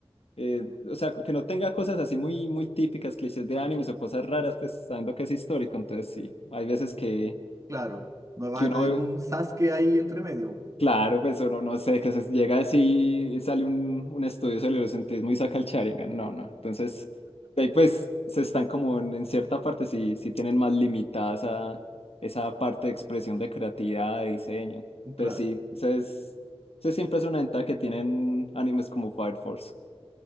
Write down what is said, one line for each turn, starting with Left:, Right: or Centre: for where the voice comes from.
Left: eh, o sea, que no tenga cosas así muy, muy típicas, clichés de animes o cosas raras, pues sabiendo que es histórico. Entonces, sí, hay veces que
Right: claro. No va
Left: que
Right: a
Left: uno
Right: tener
Left: ve,
Right: un Sasuke ahí entre medio,
Left: claro, pues uno no sé, que se llega así y sale un, un estudio sobre el eurocentrismo y saca el Sharingan, no, no. Entonces, de ahí pues se están como en, en cierta parte, sí, sí tienen más limitada esa, esa parte de expresión de creatividad, de diseño.
Right: pues,
Left: Entonces
Right: claro.
Left: sí, esa es, esa siempre es una ventaja que tienen animes como Fire Force.